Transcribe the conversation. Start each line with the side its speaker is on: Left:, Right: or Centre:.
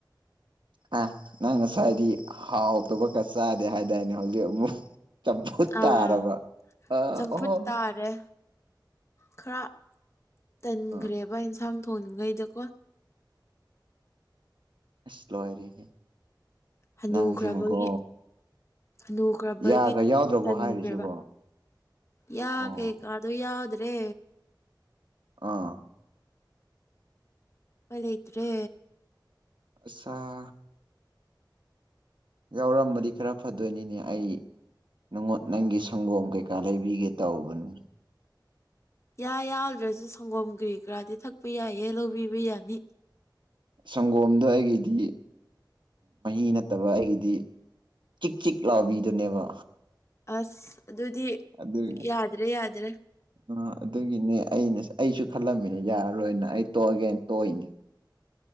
Right: ꯑ ꯅꯪ ꯉꯁꯥꯏꯗꯤ ꯍꯥꯎꯇꯕꯀꯔ ꯆꯥꯗꯦ ꯍꯥꯏꯗꯥꯔꯅꯦ ꯍꯧꯖꯤꯛ ꯑꯃꯨꯛ ꯆꯝꯄ
Left: ꯑꯥ
Right: ꯇꯥ ꯑꯔꯔꯕ ꯑ
Left: ꯆꯝꯐꯨꯠ
Right: ꯑꯣ
Left: ꯇꯥꯔꯦ ꯈꯔ ꯇꯟꯈ꯭ꯔꯦꯕ
Right: ꯑ
Left: ꯏꯟꯁꯥꯡ ꯊꯣꯡꯉꯩꯗꯀꯣ
Right: ꯑꯁ ꯂꯣꯏꯔꯦꯍꯦ
Left: ꯍꯟꯗꯨꯈ꯭ꯔꯕꯒꯤ
Right: ꯅꯪꯁꯤꯃꯀꯣ
Left: ꯂꯨꯈ꯭ꯔꯕꯒꯤ
Right: ꯌꯥꯒ ꯌꯥꯎꯗ꯭ꯔꯕꯣ
Left: ꯆꯟꯈ꯭ꯔꯦꯕ
Right: ꯍꯥꯏꯔꯤꯁꯤꯕꯣ
Left: ꯌꯥ
Right: ꯑꯣ
Left: ꯀꯩꯀꯥꯗꯣ ꯌꯥꯎꯗ꯭ꯔꯦ
Right: ꯑꯥ
Left: ꯐꯂꯦꯗ꯭ꯔꯦ
Right: ꯑꯆꯥꯥ ꯌꯥꯎꯔꯝꯃꯗꯤ ꯈꯔ ꯐꯗꯣꯏꯅꯤꯅꯦ ꯑꯩ ꯅꯨꯡꯉꯣꯠ ꯅꯪꯒꯤ ꯁꯪꯒꯣꯝ ꯀꯩꯀꯥ ꯂꯩꯕꯤꯒꯦ ꯇꯧꯕꯅꯤ
Left: ꯌꯥ ꯌꯥꯎꯗ꯭ꯔꯁꯨ ꯁꯪꯒꯣꯝ ꯀꯒꯔꯤ ꯀꯔꯥꯗꯤ ꯊꯛꯄ ꯌꯥꯏꯌꯦ ꯂꯧꯕꯤꯕ ꯌꯥꯅꯤ
Right: ꯁꯪꯒꯣꯝꯗ ꯑꯩꯒꯤꯗꯤ ꯃꯍꯤ ꯅꯠꯇꯕ ꯑꯩꯒꯤꯗꯤ ꯆꯤꯛ ꯆꯤꯛ ꯂꯥꯎꯕꯤꯗꯨꯅꯦꯕ
Left: ꯑꯁ ꯑꯗꯨꯗꯤ
Right: ꯑꯗꯨꯒꯤ
Left: ꯌꯥꯗ꯭ꯔꯦ ꯌꯥꯗ꯭ꯔꯦ
Right: ꯑ ꯑꯗꯨꯒꯤꯅꯦ ꯑꯩꯅ ꯑꯩꯁꯨ ꯈꯜꯂꯝꯃꯤꯅꯦ ꯌꯥꯔꯔꯣꯏꯅ ꯑꯩ ꯇꯣꯛꯑꯒꯦꯅ ꯇꯣꯛꯏꯅꯦ